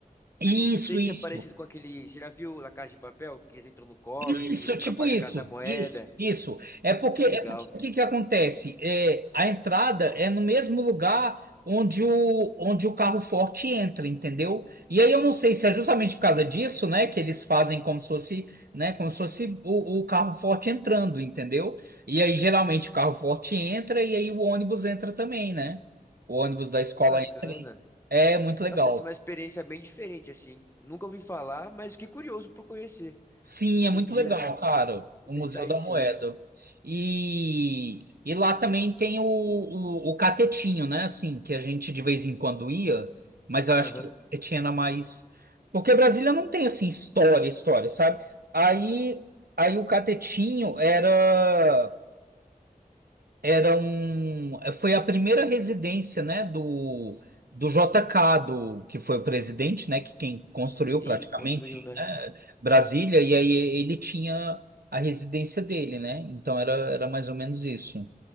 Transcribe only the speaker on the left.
Não sei se
é parecido com aquele. Você já viu La Casa de Papel? Que eles entram no cofre
e vão
pra parte
da Casa da Moeda.
Que legal.
Que bacana.
Nossa, deve ser uma experiência bem diferente, assim. Nunca ouvi falar, mas fiquei curioso por conhecer.
Acho
que
um dia
eu
vou
tentar
ir sim.
Aham.
Sim,
construiu, né?